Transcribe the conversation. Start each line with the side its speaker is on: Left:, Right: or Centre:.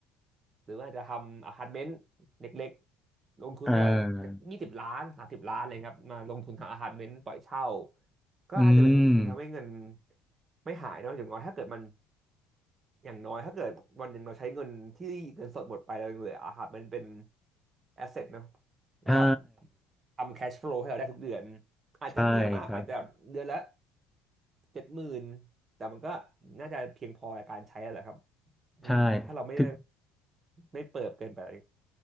Right: หรือว่าจะทำอพาร์ตเมนต์เล็กๆลงทุนไม่ได้จะยี่สิบล้านสามสิบล้านอะไรครับมาลงทุนทำอพาร์ตเมนต์ปล่อยเช่า
Centre: อ่า
Right: ก็อาจจะเป็นวิธีททำให้เงิน
Centre: อืม
Right: ไม่หายเนอะอย่างน้อยถ้าเกิดมัน อย่างน้อยถ้าเกิดวันหนึ่งเราใช้เงินที่เงินสดหมดไปแล้วยังเหลืออะครับมันเป็นแอสเซทเนาะแล้วก็
Centre: ใช่
Right: ทำแคชฟลูให้เราได้ทุกเดือนอาจจะไม่เยอะมากอาจจะเดือนละ
Centre: ใช่ครับ
Right: เจ็ดหมื่นแต่มันก็น่าจะเพียงพอในการใช้แล้วแหละครับอืมถ้าเราไม่
Centre: ใช่ถึง
Right: ไม่เปิดเกินไป